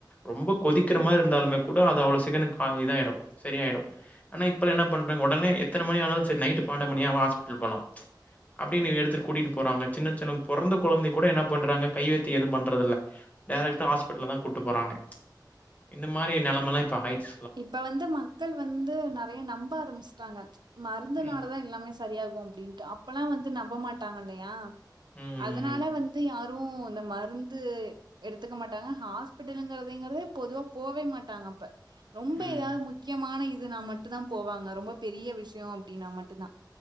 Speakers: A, on the left; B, on the right.
A: ரொம்ப கொதிக்கிற மாரி இருந்தாலுமே கூட அது அவ்ளோ சீக்கிரோ கா இதாயிடும் சரியாயிடும் ஆனா இப்பலா என்ன பண்றாங்க உடனே எத்தன மணி ஆனாலும் செரி நைட்டு பண்ணண்டு மணியா வா ஹாஸ்பிட்டல் போலாம் அப்டினு எடுத்து கூட்டிட் போறாங்க சின்ன சார் அவுங் பொறந்த குழந்தை கூட என்ன பண்றாங்க கைவைத்தியோ எதுவும் பண்றதுல்ல டேரக்டா ஹாஸ்பிட்டல்ல தா கூட்டு போறாங்க இந்த மாரி நெலைம எல்லா இப்ப ஆயிட்ச்
B: இப்ப வந்து மக்கள் வந்து நெறைய நம்ப ஆரம்பிச்சுட்டாங்க மருந்துனாலதா
A: ம்.
B: எல்லாமே சரியாகும் அப்டின்ட்டு அப்பல்லாம் வந்து நம்ப மாட்டாங்க இல்லையா
A: ம்.
B: அதனால வந்து யார் வும் இந்த மருந்து எடுத்துக்க மாட்டாங்க ஹாஸ்பிட்டலுங்கறதங்கிறதே பொதுவா போவே மாட்டாங்க அப்ப ரொம்ப
A: ம்.
B: ஏதாவது முக்கியமான இது நா மட்டும் தா போவாங்க ரொம்ப பெரிய விஷயம் அப்டின்னா மட்டும்தா